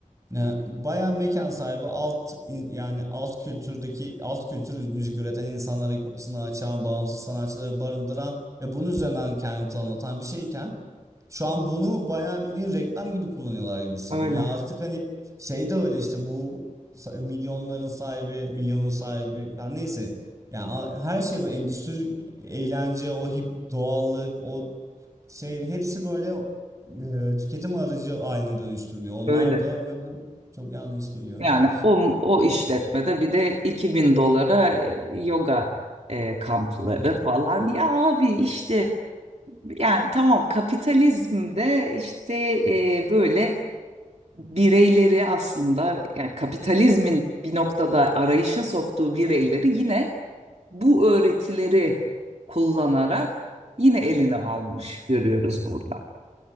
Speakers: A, on the right (about 25°); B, on the right (about 55°).
A: e, bayağı mekan sahibi alt in- yani alt kültürdeki alt kültür müzik üreten insanlara kapısını açan bağımsız sanatçıları barındıran ve bunun üzerinden kendini tanımlatan bir şeyken Şu an bunu bayağı bildiğin reklam gibi kullanıyorlar gibi hissediyorum.
B: öyle
A: Yani artık hani şey de öyle işte bu sa- milyonların sahibi, milyonun sahibi falan neyse. Yani a- her şey böyle endüstri, eğlence, o hip, doğallık, o şey hepsi böyle e, tüketim aracı haline dönüştürülüyor. Onlar
B: öyle.
A: da ve bu çok yanlış geliyor.
B: Yani
A: Çok
B: o, o işletmede bir de 2000 dolara e, yoga e, kampları
A: <laughs>
B: falan. Ya abi işte yani tamam kapitalizmde işte e, böyle bireyleri aslında yani kapitalizmin bir noktada arayışa soktuğu bireyleri yine bu öğretileri kullanarak yine eline almış görüyoruz burada.